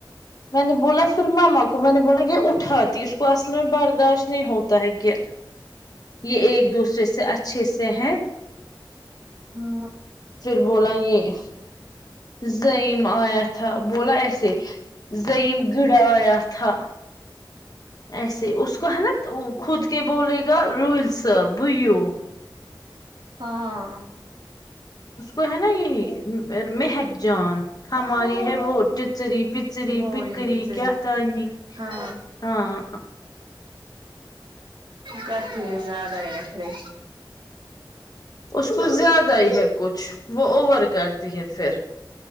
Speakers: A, on the left (about 50°); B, on the right (about 75°).
A: میں نے بولا پھر ماما کو میں نے بولا یہ اٹھاتی اس کو اصل میں برداشت نہیں ہوتا ہے کہ یہ ایک دوسرے سے اچ چھے سے ہے
B: ہوں
A: پھر بولا یہ زائم آیا تھا بولا ایس سے زائم گڑا آیا تھا ایسے اس کو ہے نا خود کے بولے گا روہیل صاح بویو
B: ہاں
A: اس کو ہے نا یہی مہک جان ہماری ہے وہ پچری پچری
B: وہ
A: پکری
B: یہ بچری
A: کیاتانی
B: ہاں
A: ہاں
B: کرتی ہیں زیادہ ہی رکھ رہے
A: اس کو زیادہ ہی ہے کچھ وہ اوور کرتی ہے پھر